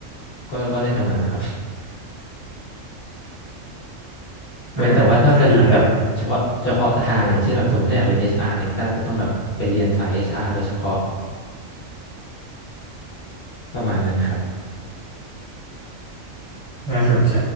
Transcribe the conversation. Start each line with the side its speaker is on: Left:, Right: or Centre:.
Left: ก็ก็ได้ทำงานแล้วครับ <laughs> เว้นแต่ว่าถ้าจะหาแบบเฉพาะเฉพาะทางอย่างเช่นแบบสมมติถ้าอยากเป็น
Right: อ่าก็ดีนะ
Left: HR อชอาร์อะไรเงี้ยก็อาจจะต้องแบบไปเรียนสายเอชอาร r โดยเฉพาะประมาณนั้นครับ
Right: น่าสนใจ